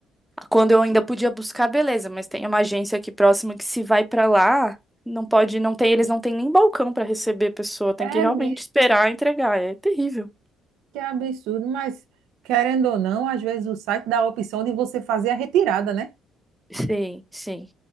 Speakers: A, in the centre; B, on the right.
A: Quando eu ainda podia buscar, beleza, mas tem uma agência aqui próxima que se vai pra lá, não pode, não tem, eles não têm nem balcão pra receber a pessoa, tem
B: É
A: que realmente
B: mesmo.
A: esperar entregar, é terrível.
B: Que absurdo, mas querendo ou não, às vezes o site dá a opção de você fazer a retirada, né?
A: Sim, sim.